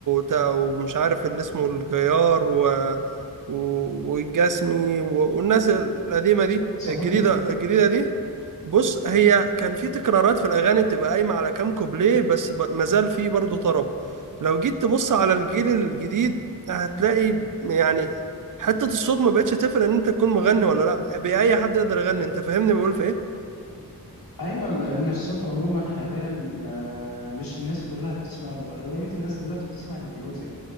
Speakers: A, on the right; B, on the left.
A: تا- ومش عارف اللي اسمه الجيار و... و... والجسمي و... والناس القديمة دي
B: صحيح
A: الجديدة الجديدة دي بص هي كان في تكرارات في الاغاني بتبقى قايمه على كام كوبليه بس ب- مازال في برضه طرب لو جيت تبص على الجيل الجديد هتلاقي يعني حته الصوت ما بقتش تفرق ان انت تكون مغني ولا لا باي حد يقدر يغني انت فاهمني بقول في ايه
B: ايوه لان الصوت عموما حاليا آه، مش الناس كلها بتسمع له اغلبيه الناس دلوقتي بتسمع الميوزك